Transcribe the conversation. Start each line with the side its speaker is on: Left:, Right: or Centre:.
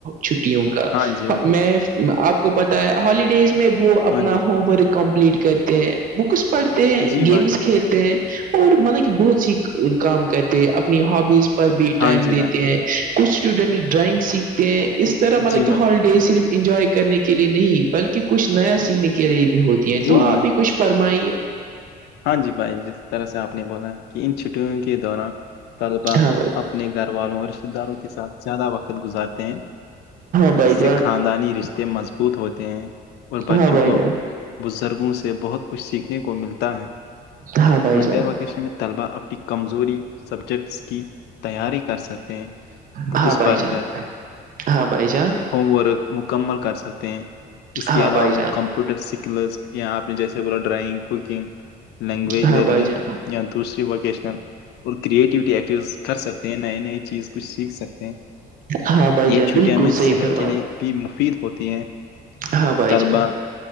Right: چھٹیوں کا
Left: ہاں جی بھائی
Right: میں آپ کو پتا ہے ہالیڈیز میں وہ وہ اپنا
Left: ہاں جی بھائی
Right: ہوم ورک کمپلیٹ کرتے ہیں بکس پڑھتے ہیں
Left: جی
Right: گیمس
Left: بھائی
Right: کھیلتے ہیں اور مطلب کہ بہت سی کام کرتے ہیں اپنی ہابیس پر بھی ٹائم
Left: ہاں جی
Right: دیتے
Left: بھائی
Right: ہیں کچھ اسٹوڈینٹ ڈرائنگ سیکھتے ہیں اس طرح مطلب
Left: جی
Right: کہ
Left: بھائی
Right: ہال صرف انجوائے کرنے کے لیے نہیں بلکہ کچھ نیا سیکھنے کے لیے بھی ہوتی ہیں
Left: جی
Right: تو آپ
Left: میں
Right: بھی کچھ فرمائیے
Left: ہاں جی بھائی جس طرح سے آپ نے بولا کہ ان چھٹیوں کے دوران طلبا
Right: ہاں
Left: اپنے گھر والوں اور رشتتے داروں کے ساتھ زیادہ وقت گزارتے ہیں
Right: بھائی
Left: اس
Right: جان
Left: سے خاندانی رشتے مضبوط ہوتے ہیں اور بچوں
Right: ہاں بھائی
Left: کو
Right: جان
Left: بزرگوں سے بہت کچھ سیکھنے کو ملتا ہے
Right: ہاں بھائی
Left: ونٹر
Right: جان
Left: وقت طلبا اپنی کمزوری سبجیکٹس کی تیاری کر سکتے ہیں بکس
Right: ہاں بھائی
Left: پڑھ
Right: جان
Left: کر
Right: ہاں بھائی جان
Left: ہوم ورک مکمل کر سکتے ہیں اس
Right: ہاں
Left: کے علاوہ
Right: بھائی جان
Left: وہ کم کمپیوٹر سکلز یا اپ نے جیسے بولا ڈرائنگ کوکنگ لینگویج
Right: ہاں
Left: لرننگ
Right: بھائی جان
Left: یا دوسری ووکیشنل اور کریٹیوٹی ایکٹیوٹیز کر سکتے نئی نئی چیز کچھ سیکھ سکتے ہیں
Right: ہاں بھائی
Left: یہ
Right: جان
Left: چھٹیاں
Right: بالکل
Left: میں
Right: صحیح
Left: صحت
Right: فرما
Left: کے لیے بھی مفید ہوتی ہیں
Right: ہاں بھائی
Left: طلبا
Right: جان